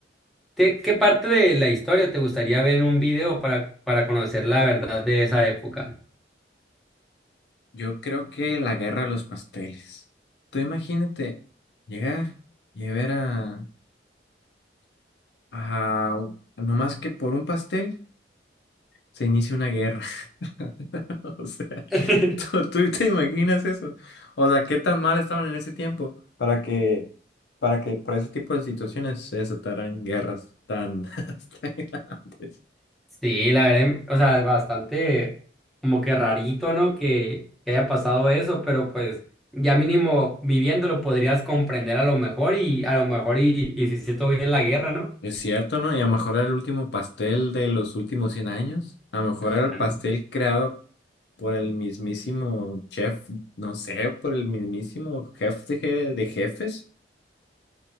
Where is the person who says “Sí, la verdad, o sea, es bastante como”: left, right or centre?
Centre